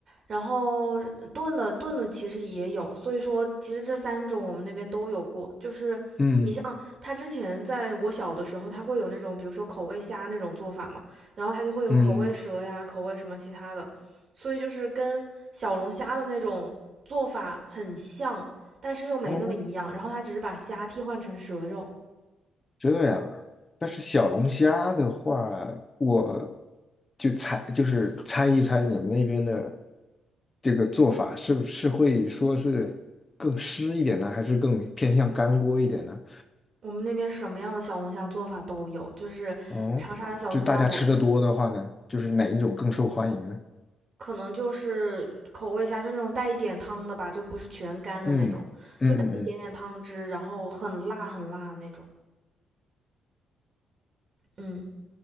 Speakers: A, on the right (about 45°); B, on the left (about 25°).
A: 然后炖的炖的其实也有，所以说其实这三种我们那边都有过。就是你像它之前在我小的时候，
B: 嗯
A: 它会有那种比如说口味虾那种做法嘛，然后它就会有口味蛇呀、
B: 嗯，
A: 口味什么其他的，所以就是跟小龙虾的那种做法很像，但是又没那么一样。
B: 哦，
A: 然后他只是把虾替换成蛇肉。
B: 这样啊，但是小龙虾的话，我就猜，就是猜一猜你们那边的这个做法是不是会说是更湿一点呢，还是更偏向干锅一点呢？
A: 我们那边什么样的小龙虾做法都有，就是长沙的小龙虾，
B: 嗯，就大家吃的多的话呢，
A: 我觉得
B: 就是哪一种更受欢迎呢？
A: 可能就是口味虾，就那种带一点汤的吧，就不是全干的那种，
B: 嗯嗯嗯
A: 就带一点点汤汁，然后很辣很辣那种。嗯，